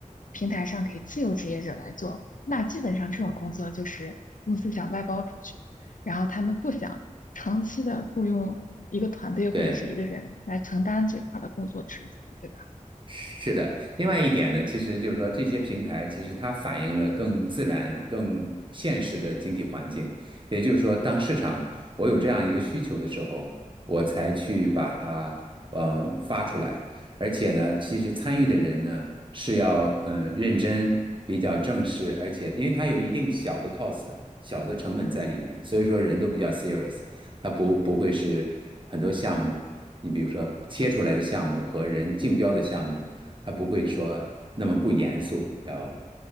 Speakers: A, on the left; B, on the right.
A: 平台上给自由职业者来做？那基本上这种工作就是公司想外包出去的，然后他们不想长期的雇佣一个团队或者是一个人来承担这块儿的工作职责，
B: 对。
A: 对吧？
B: 是的，另外一点呢，其实就是说这些平台其实它反映了更自然、更现实的经济环境。也就是说，当市场我有这样一个需求的时候，我才去把它嗯发出来。而且呢，其实参与的人呢是要嗯认真、比较正式，而且因为它有一定小的 cost、小的成本在里面，所以说人都比较 serious，它不不会是很多项目。你比如说贴出来的项目和人竞标的项目，他不会说那么不严肃，知道吧？